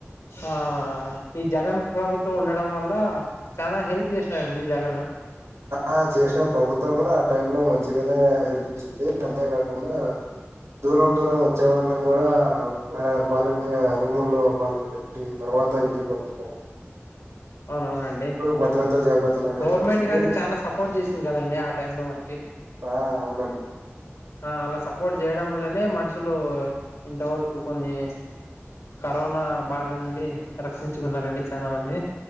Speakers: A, on the left; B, on the right.
A: ఆ ఈ జగన్ ప్రభుత్వం ఉండడం వల్ల చానా హెల్ప్ చేసినారండి జగన్
B: ఆ చేసిన ప్రభుత్వం కూడా ఆ టైమ్ లో మంచిగనే హెల్ప్ చేసింది అంతేకాకుండా దూరం దూరం వచ్చే వాళ్ళని కూడా మ వాలంటీర్ రూముల్లో వాళ్ళు పెట్టి తర్వాత త ఇంటికి పంపిస్తారు
A: అవునవునండి
B: భద్రతా జాగ్రత్తలు అనేవి
A: గవర్నమెంట్
B: తీసుకుని
A: కానీ చాలా సపోర్ట్ చేసింద్ కదండి ఆ టైమ్లో మనకి
B: ఆ అవునండి.
A: ఆ అలా సపోర్ట్ చేయడం వల్లనే మనుషులు ఇంతవరకు కొన్నీ కరోనా బారి నుండి రక్షించుకున్నారండి చాలా మంది.